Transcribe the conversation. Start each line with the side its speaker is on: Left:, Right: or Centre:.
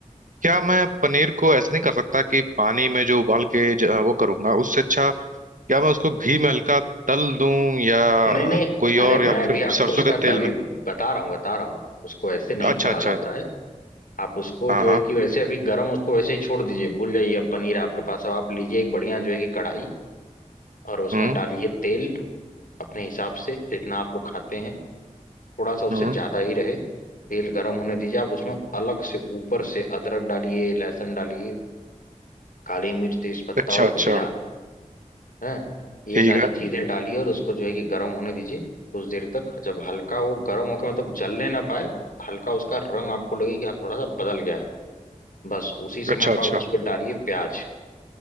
Right: क्या मैं पनीर को ऐसे नहीं कर सकता कि पानी में जो उबाल के ज- वो करूंगा उससे अच्छा क्या मैं उसको घी में हल्का तल दूं या
Left: नहीं नहीं
Right: कोई
Left: अरे
Right: और
Left: मैं
Right: या
Left: अभी
Right: फिर
Left: आपको
Right: सरसों
Left: उसका
Right: के तेल
Left: तभी
Right: में
Left: बता रहा हूँ बता रहा हूँ उसको ऐसे नहीं
Right: अच्छा
Left: तला
Right: अच्छा
Left: जाता है आप उसको
Right: हाँ
Left: जो
Right: हाँ
Left: है कि वैसे अभी गरम उसको वैसे ही छोड़ दीजिए भूल जाइए अब पनीर आपके पास अब आप लीजिए एक बढ़िया जो है कि कढ़ाई और उसमें
Right: हम्म
Left: डालिए तेल अपने हिसाब से जितना आप लोग खाते हैं थोड़ा सा उससे
Right: हम्म
Left: ज्यादा ही रहे तेल गर्म होने दीजिए आप उसमें अलग से ऊपर से अदरक डालिए लहसुन डालिए काली मिर्च तेज पत्ता
Right: अच्छा
Left: और
Right: अच्छा
Left: जीरा हैं ये
Right: ठीक
Left: सारी
Right: है
Left: चीजें डालिए और उसको जो है कि गर्म होने दीजिए कुछ देर तक जब हल्का वो गर्म होकर मतलब जलने ना पाए हल्का उसका रंग आपको लगे कि हाँ थोड़ा सा बदल गया है बस उसी समय
Right: अच्छा
Left: पर
Right: अच्छा
Left: आप उस पर डालिए प्याज